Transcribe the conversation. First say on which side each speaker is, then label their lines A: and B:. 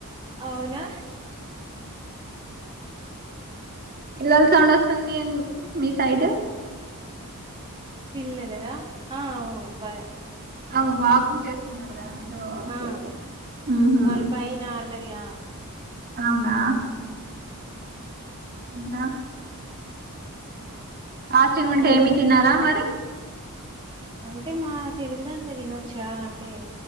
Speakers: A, on the right; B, on the right.
A: అవునా
B: పిల్లల సౌండ్ ఆస్తుంది మీ సైడ్
A: పిల్లలదా ఆ హ్ బా
B: అ వాగు చేస్త అన్నారు కదా మీరు ఓకే
A: ఆ
B: ఓకే ఊహూ
A: వాళ్ళ పైైన అళ్ సయా
B: అవునా
A: నేను వాతను
B: అంతా ఆశంగా ఉంటే
A: ఇంకా
B: ఏమి తిన్నారా మరి
A: అంటే మా తెలుగు దాంట్లో తినొచ్చరా అంటే